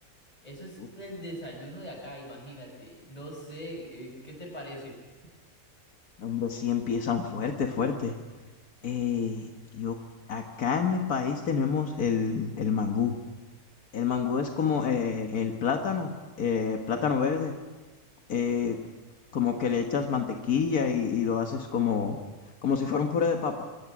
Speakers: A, on the left; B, on the left.
A: Eso es
B: Uf,
A: el desayuno de acá, imagínate. No sé, eh, ¿qué te parece?
B: Hombre, sí empiezan fuerte, fuerte. Eh, yo, acá en mi país tenemos el, el mangú. El mangú es como eh, el plátano, eh, plátano verde, eh, como que le echas mantequilla y, y lo haces como, como si fuera un puré de papa.